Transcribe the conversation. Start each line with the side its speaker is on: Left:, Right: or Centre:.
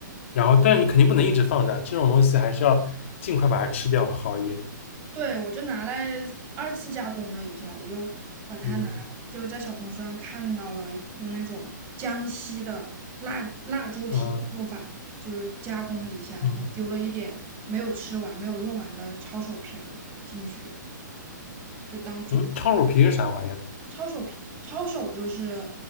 Left: 然后但是你肯定不能一直放着啊，这种东西还是要尽快把它吃掉会好一点，
Right: 对，我就拿来二次加工了一下，我就把它拿，
Left: 嗯
Right: 就是在小红书上看到了用那种江西的腊腊猪蹄的做法，
Left: 啊
Right: 就加工了一下，
Left: 嗯。
Right: 然后丢了一点没有吃完、没有用完的抄手皮儿进去，就当主食。
Left: 嗯，抄手皮是啥玩意儿？
Right: 抄手皮，抄手就是